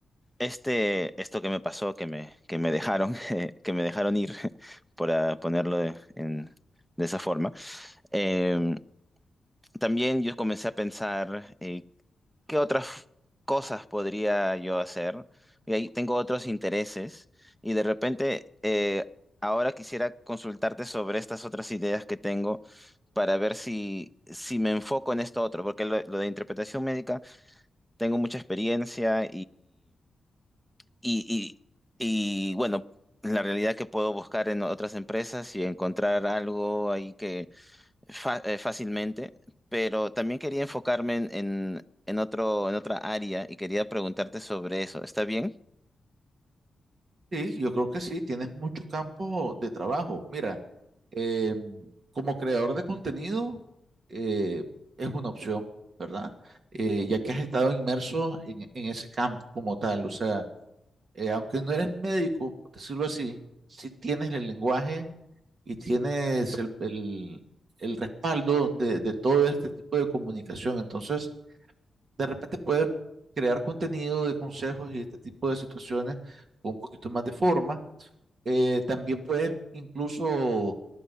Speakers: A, in the centre; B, on the right.
A: Este, esto que me pasó, que me, que me dejaron, <laughs> eh, que me dejaron ir, <laughs> para ponerlo de, en- de esa forma, eh, también yo comencé a pensar eh, qué otras cosas podría yo hacer. Y ahí tengo otros intereses y de repente eh, ahora quisiera consultarte sobre estas otras ideas que tengo para ver si, si me enfoco en esto otro, porque lo, lo de interpretación médica tengo mucha experiencia y, y, y bueno, la realidad que puedo buscar en otras empresas y encontrar algo ahí que fa- eh, fácilmente, pero también quería enfocarme en, en, en otro, en otra área y quería preguntarte sobre eso. ¿Está bien?
B: Sí, yo creo que sí, tienes mucho campo de trabajo. Mira, eh, como creador de contenido eh, es una opción, ¿verdad? Eh, ya que has estado inmerso en, en ese campo como tal, o sea, eh, aunque no eres médico, por decirlo así, sí tienes el lenguaje y tienes el, el- el respaldo de, de todo este tipo de comunicación. Entonces, de repente puedes crear contenido de consejos y este tipo de situaciones con un poquito más de forma eh, también puedes incluso